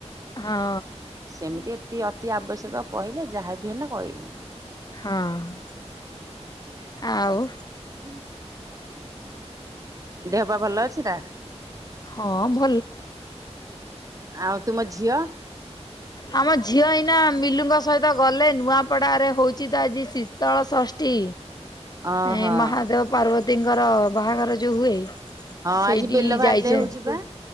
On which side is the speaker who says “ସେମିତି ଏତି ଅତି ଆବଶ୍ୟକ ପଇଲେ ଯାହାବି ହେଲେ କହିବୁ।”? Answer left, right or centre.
Right